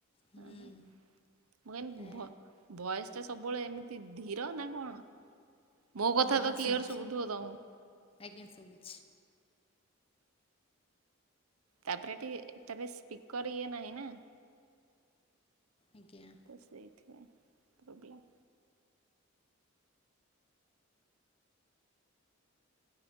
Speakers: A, on the left; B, on the right.
A: ହୁଁ
B: ହଁ ମୁଁ କହିନି
A: ଏ
B: ଭଏ ଭଏସଟା ସବୁବେଳେ ଏମିତି ଧିର ନା କଣ? ମୋ କଥା
A: ହଁ
B: ତ କ୍ଲିୟର
A: ସେମିତି
B: ଶୁଭୁଥିବ ତମକୁ
A: ଆଜ୍ଞା ଶୁଭୁଛି।
B: ତାପରେ ଏଠି ଏଟାରେ ସ୍ପିକର ଇଏ ନାହିଁ ନା।
A: ଆଜ୍ଞା।
B: ତ ସେଇଥିପାଇଁ ପ୍ରୋବ୍ଲେମ୍।